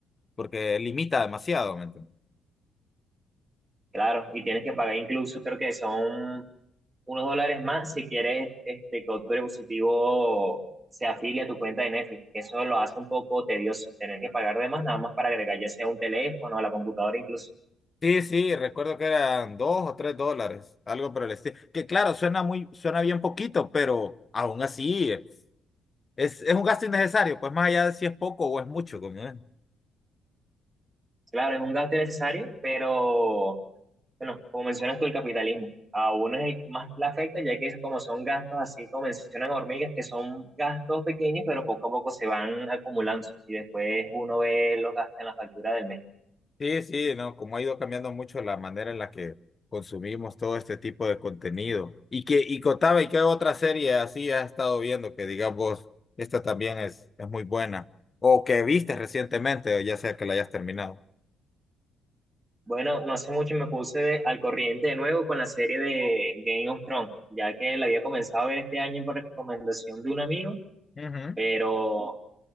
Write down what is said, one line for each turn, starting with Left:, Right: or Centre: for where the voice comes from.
Left: porque limita demasiado, ¿me entiendes?
Right: claro, y tienes que pagar incluso, creo que son unos dólares más si quieres este, que otro dispositivo se afilie a tu cuenta de Netflix. Eso lo hace un poco tedioso, tener que pagar de más nada más para agregar ya sea un teléfono, a la computadora incluso.
Left: Sí, sí, recuerdo que eran dos o tres dólares, algo por el estilo. Que claro, suena muy, suena bien poquito, pero aún así es, es un gasto innecesario, pues más allá de si es poco o es mucho, como es.
Right: Claro, es un gasto innecesario, pero Bueno, como mencionas tú, el capitalismo. A uno es el que más le afecta, ya que como son gastos, así como mencionan hormigas, que son gastos pequeños, pero poco a poco se van acumulando y después uno ve los gastos en la factura del mes.
Left: Sí, sí, no, como ha ido cambiando mucho la manera en la que consumimos todo este tipo de contenido. Y que, y contaba, ¿y qué otra serie así has estado viendo que digas vos, esta también es, es muy buena? O que viste recientemente, ya sea que la hayas terminado.
Right: Bueno, no hace mucho me puse de- al corriente de nuevo con la serie de Game of Thrones, ya que la había comenzado a ver este año por recomendación de un amigo,
Left: Ujú.
Right: pero